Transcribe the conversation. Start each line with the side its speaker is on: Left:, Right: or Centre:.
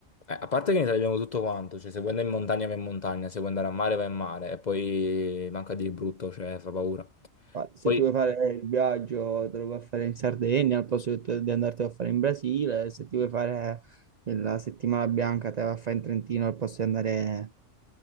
Left: eh, a parte che in Italia abbiamo tutto quanto. Cioè, se vuoi andare in montagna vai in montagna, se vuoi andare a mare vai in mare. E poi manca di brutto, cioè fa paura.
Right: Ma Se
Left: Poi...
Right: ti vuoi fare il viaggio, te lo puoi fare in Sardegna, al posto che tu- di andartelo a fare in Brasile. Se ti vuoi fare la settimana bianca, te la fai in Trentino, al posto di andare